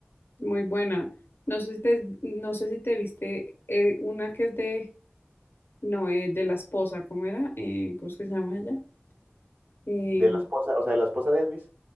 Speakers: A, on the left; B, on the right.
A: muy buena. No sé si te, no sé si te viste eh, una que es de, no, eh, de la esposa, ¿cómo era? Eh, ¿cómo es que se llama ella? Em,
B: De la esposa, o sea, de la esposa de Elvis.